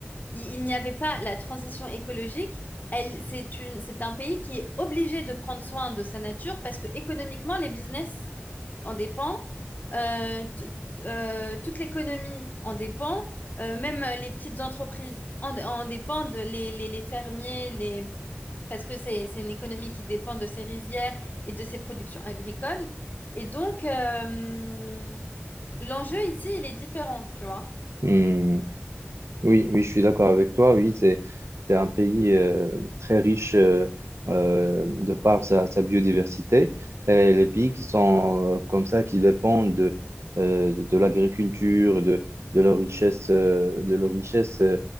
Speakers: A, on the left; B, on the right.
A: il, il n'y avait pas la transition écologique. Elle, c'est une, c'est un pays qui est obligé de prendre soin de sa nature parce que économiquement, les business en dépend, euh, t- euh, toute l'économie en dépend, euh, même les petites entreprises en, en dépendent, les, les, les fermiers, les... parce que c'est, c'est une économie qui dépend de ses rizières et de ses productions agricoles. Et donc, euh, l'enjeu ici, il est différent, tu vois.
B: Mhm. Oui, oui, je suis d'accord avec toi. Oui, c'est c'est un pays euh, très riche euh, euh, de par sa, sa biodiversité. Et les pays qui sont euh, comme ça, qui dépendent de euh, de l'agriculture, de de leur richesse, euh, de leur richesse euh,